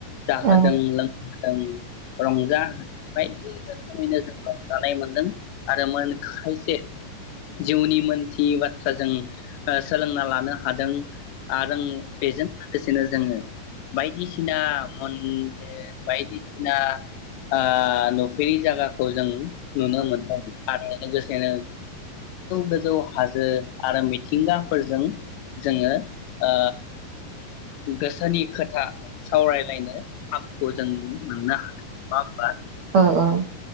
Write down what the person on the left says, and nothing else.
जाहोदों
लोंहोदों रंजा बायदि रोखोमैनो जों रंजानाय मोन्दों आरो मोन खाय से जिउनि मोनथियि बाथ्रा जों सोलोंना लानो हादों आरो बेजों लोगोसेनो जोङो बायदिसिना मन्दिर बायदिसिना ओ नु फेरि जायगाखौ जों नुनो मोनदों आरो लोगोसेनो गोजौ हाजो आरो मिथिंगाफोरजों जोङो ओ गोसोनि खोथा सावरायलायनो खाबुखौ जों मोननो हादों मा होनबा